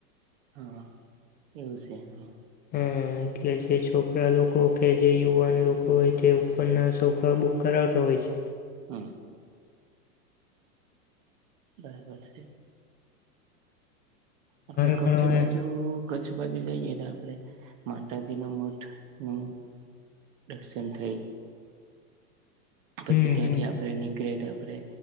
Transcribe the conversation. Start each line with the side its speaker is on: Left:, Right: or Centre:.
Right: હા એવું છે હા.
Left: હમ્મ. એટલે જે છોકરા લોકો કેજે યુવાન લોકો હોયતે ઉપરના સોફા બુક કરાવતા હોય છે.
Right: હા. બરાબર છે. એટલે
Left: મારે પણ
Right: કચ્છ
Left: હવે
Right: બાજુ કચ્છ બાજુ જઈએ ને આપણે માતાજીના મઢનું દર્શન થાય, પછી
Left: હમ
Right: ત્યાંથી
Left: હમ
Right: આપડે નીકળે તો આપડે